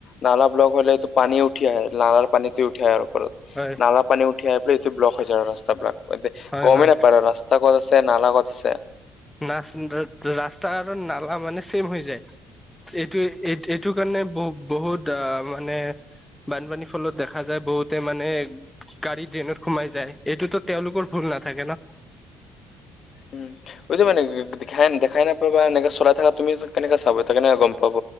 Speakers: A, on the left; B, in the centre.
A: নালা ব্লক হ'লেটো পানী উঠি আহে নালাৰ পানীটো উঠি আহে আৰু ওপৰত।
B: হয়
A: নালা পানী উঠি আহি পেলাই এইটো ব্লক হৈ যায় ৰাস্তাবিলাক,
B: হয়
A: গমেই
B: হয়
A: নাপায় ৰাস্তা, ৰাস্তা কত আছে, নালা কত আছে,
B: নাচ ৰাস্তাৰ আৰু নালা মানে চেম হৈ যায়। এইটোৱে এইটো কাৰণে বহু বহুত আ মানে, বানপানীৰ ফলত দেখা যায় বহুতে মানে, গাড়ী ড্ৰেইনত সোমাই যায় এইটোতো তেওঁলোকৰ ভুল নাথাকে ন,
A: উম এইটো মানে দেখাই দেখাই নাপাবা এনেকে চলাই থাকা তুমি কেনেকে চাব ত কেনেকে গম পাব,